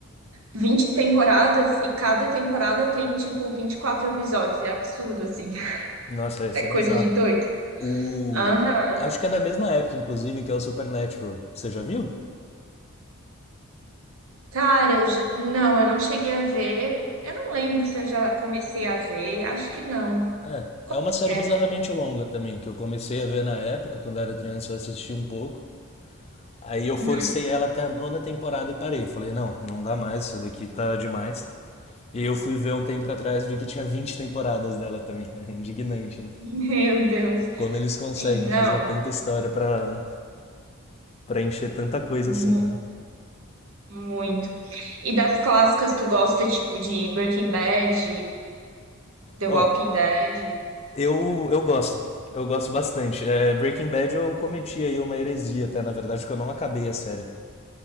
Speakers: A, on the right; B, on the left.
A: 20 temporadas e cada temporada tem, tipo, 24 episódios. É absurdo, assim. <laughs>
B: Nossa, isso
A: É coisa
B: é bizarro.
A: de doido.
B: O.
A: Aham.
B: Acho que é da mesma época, inclusive, que é o Supernatural. Você já viu?
A: Cara, eu já... não, eu não cheguei a ver. Eu não lembro se eu já comecei a ver. Acho que não.
B: É.
A: Como
B: É uma série
A: que é?
B: bizarramente longa também, que eu comecei a ver na época, quando eu era criança, eu assisti um pouco. Aí eu forcei
A: Uhum.
B: ela até a nona temporada e parei. Falei, não, não dá mais, isso daqui tá demais. E eu fui ver um tempo atrás e vi que tinha 20 temporadas dela também. <laughs> É indignante, né?
A: <laughs> Meu Deus.
B: Como eles conseguem
A: Sim, não.
B: fazer tanta história pra, pra encher tanta coisa assim,
A: Mu-
B: né?
A: muito. E das clássicas, tu gosta, tipo, de Breaking Bad, The
B: Ó,
A: Walking Dead?
B: Eu, eu gosto. Eu gosto bastante. É, Breaking Bad eu cometi aí uma heresia, até, na verdade, porque eu não acabei a série.